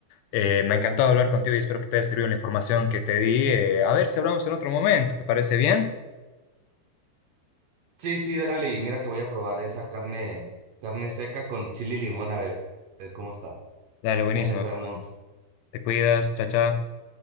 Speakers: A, on the left; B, on the right.
A: Eh, me ha encantado hablar contigo y espero que te haya servido la información que te di. Eh, a ver si hablamos en otro momento. ¿Te parece bien?
B: Sí, sí, dale, y mira que voy a probar esa carne, carne seca con chile y limón a ver, a ver cómo está.
A: Dale, buenísimo.
B: Ahí nos vemos.
A: Te cuidas, chao, chao.